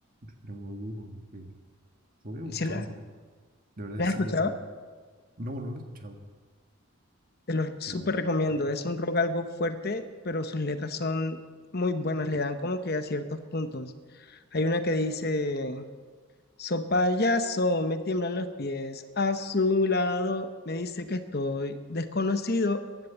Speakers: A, on the right; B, on the left.
A: Pero duro, ok. Lo voy a buscar
B: ¿Se la,
A: porque de verdad
B: la
A: sí,
B: has escuchado?
A: ya también. No, no lo he escuchado,
B: Te lo súper
A: pero
B: recomiendo.
A: toca.
B: Es un rock algo fuerte, pero sus letras son muy buenas. Le dan como que a ciertos puntos. Hay una que dice, So payaso, me tiemblan los pies. A su lado me dice que estoy desconocido.